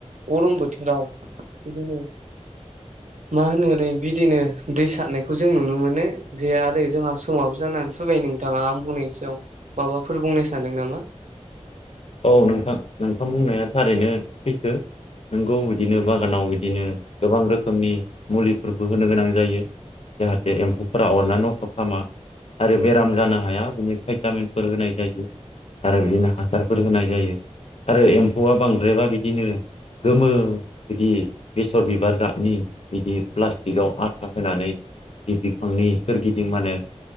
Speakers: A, on the right (about 80°); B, on the left (about 55°).
A: गरम बोथोराव बिदिनो मा होनोलाय बिदिनो दै सारनायखौ जों नुनो मोनो। जे आरो जोंहा समाबो जानानै फैबाय नोंथाङा आं बुंनायनि सायाव माबाफोर बुंनो सानदों नामा?
B: औ नोंथां नोंथां बुंनाया थारैनो सैथो नोंगौ बिदिनो बागानाव बिदिनो गोबां रोखोमनि मुलिफोरबो होनो गोनां जायो। जाहाथे एम्फौफोरा अरनानै नस्थ' खामा। आरो बेराम जानो हाया बिनि भिटामिनफोर होनाय जायो आरो बिदिनो हासार फोर होनाय जायो आरो एम्फौआ बांद्रायबा बिदिनो गोमो बिदि बेसर बिबार गाबनि बिदि प्लास्टिकआव आथा होनानै बि बिफांनि सोरगिदिं माने